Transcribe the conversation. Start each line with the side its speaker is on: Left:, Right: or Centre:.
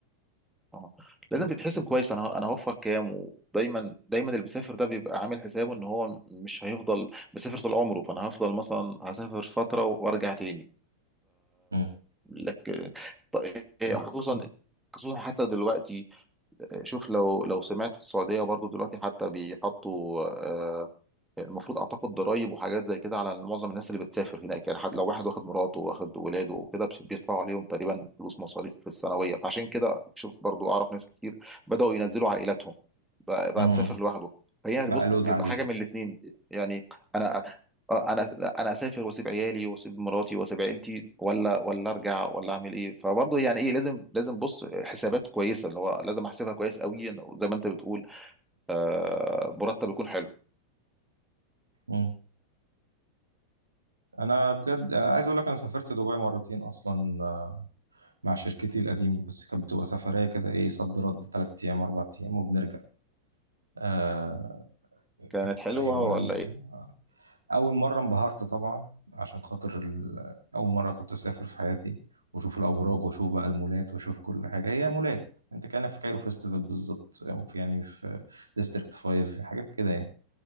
Centre: اه لازم تتحسب كويس انا انا هوفر كام ودايما دايما اللي بيسافر ده بيبقى عامل حسابه ان هو مش هيفضل مسافر طول عمره فانا هفضل مثلا هسافر فتره وارجع تاني
Right: مم.
Centre: لك ط- خصوصا خصوصا حتى دلوقتي آه، شوف لو لو سمعت السعوديه برضو دلوقتي حتى بيحطوا آه، المفروض اعتقد ضرايب وحاجات زي كده على معظم الناس اللي بتسافر هناك يعني حد لو واحد واخد مراته واخد ولاده وكده بت- بيدفعوا عليهم تقريبا فلوس مصاريف في السنويه فعشان كده شوف برضو اعرف ناس كتير بداوا ينزلوا عائلاتهم بقى, بقى
Right: مم.
Centre: مسافر لوحده فهي يعني
Right: بقى
Centre: بص
Right: لود
Centre: بيبقى
Right: عليه
Centre: حاجه من الاثنين يعني انا آه، انا انا اسافر واسيب عيالي واسيب مراتي واسيب عيلتي ولا ولا ارجع ولا اعمل ايه فبرضه يعني ايه لازم لازم بص حسابات كويسه اللي هو لازم احسبها كويس قوي زي ما انت بتقول آه، مرتب يكون حلو
Right: مم. انا بجد عايز اقول لك انا سافرت دبي مرتين اصلا مع شركتي القديمة بس كانت بتبقى سفرية كده إيه صد رد تلات أيام أربع أيام وبنرجع آه كان
Centre: كانت حلوه
Right: يعني
Centre: ولا
Right: بن-
Centre: ايه
Right: أول مرة انبهرت طبعا عشان خاطر ال- أول مرة كنت أسافر في حياتي وأشوف الأبراج وأشوف بقى المولات وأشوف كل حاجة هي مولات أنت كأنك في كايرو فيستيفال بالظبط أو في يعني في ديستريكت 5 حاجات كده يعني